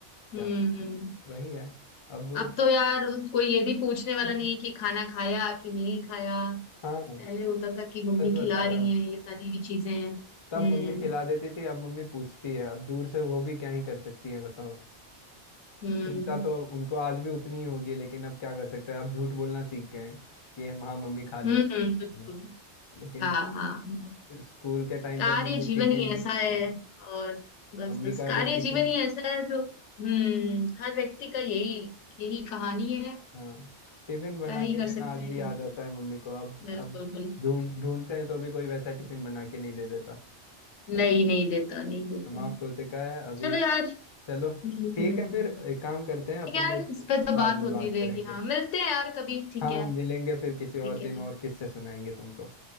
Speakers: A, on the left; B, on the left.
A: हम्म
B: क्या बताएं
A: हम्म।
B: वही है अब
A: अब तो यार उसको ये भी पूछने
B: <laughs>
A: वाला नहीं है कि खाना खाया कि नहीं खाया
B: हाँ
A: पहले होता था कि मम्मी
B: सच बता
A: खिला रही
B: रहा हूँ
A: है ये सारी भी चीजें हैं। हम्म
B: तब मम्मी खिला देती थी अब मम्मी पूछती है अब दूर से वो भी क्या ही कर सकती है बताओ
A: हम्म
B: चिंता तो उनको आज भी उतनी ही होगी लेकिन अब क्या कर सकते हैं अब झूठ बोलना सीख गए हैं कि हम हाँ मम्मी खा लिया
A: हम्म बिल्कुल
B: है ना लेकिन
A: हाँ हाँ हाँ।
B: स्कूल के टाइम
A: कार्य
B: पे मम्मी
A: जीवन
B: टिफिन
A: ही ऐसा है
B: हाँ
A: और बस
B: मम्मी
A: बस
B: का
A: कार्य
B: वो टिफिन
A: जीवन ही ऐसा है जो हम्म हर व्यक्ति का यही यही कहानी है
B: हाँ टिफिन बना
A: क्या ही
B: के
A: कर
B: देना
A: सकते
B: आज
A: हैं
B: भी
A: ये
B: याद आता
A: तो।
B: है मम्मी को अब
A: बिल्कुल
B: अब
A: बिल्कुल
B: ढूंढ ढूंढते हैं तो भी कोई वैसा टिफिन बना के नहीं दे देता भाई
A: नहीं नहीं देता नहीं देता
B: समाप्त हो चुका है अभी
A: चलो यार
B: चलो
A: हम्म,
B: ठीक है फिर एक काम करते हैं अपन
A: ठीक है यार
B: लोग
A: इस पे तो
B: बाद
A: बात
B: में
A: होती
B: बात
A: रहेगी
B: करेंगे
A: हाँ मिलते हैं यार कभी ठीक
B: हाँ
A: है
B: मिलेंगे फिर
A: ठीक
B: किसी और दिन
A: है ठीक
B: और किससे सुनाएंगे तुमको